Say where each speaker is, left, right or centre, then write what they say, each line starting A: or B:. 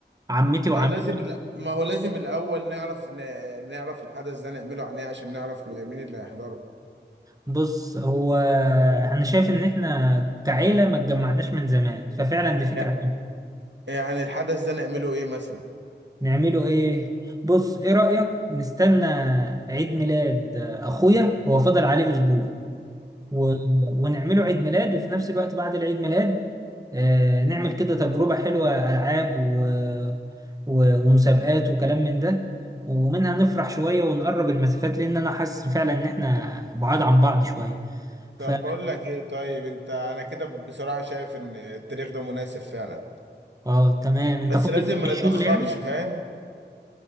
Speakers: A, on the right (about 20°); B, on the right (about 80°).
A: عمتي
B: ما
A: وعمتك
B: لازم الأ- ما هو لازم الاول نعرف ن- نعرف الحدث ده نعمله عن ايه عشان نعرف مين اللي هيحضره
A: بص هو انا شايف ان احنا كعيلة ما اتجمعناش من زمان ففعلا دي فكرة
B: لا،
A: حلوة
B: يعني الحدث ده نعمله ايه مثلا
A: نعمله ايه بص ايه رأيك نستنى عيد ميلاد آه، اخويا هو فاضل عليه اسبوع و... ونعمله عيد ميلاد وفي نفس الوقت بعد العيد ميلاد آه، نعمل كده تجربة حلوة ألعاب و... و... ومسابقات وكلام من ده ومنها نفرح شوية ونقرب المسافات لأن أنا حاسس فعلا إن إحنا بعاد عن بعض شوية
B: طب
A: ف
B: بقول لك ايه طيب انت انا كده بصراحة شايف ان التاريخ ده مناسب فعلا
A: آه تمام أنت
B: بس
A: فاضي
B: لازم ما
A: في الشغل
B: نتأخرش
A: يعني؟
B: فاهم